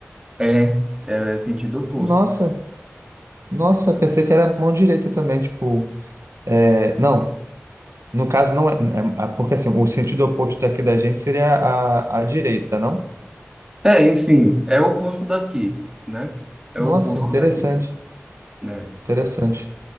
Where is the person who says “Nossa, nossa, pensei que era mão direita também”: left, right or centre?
Right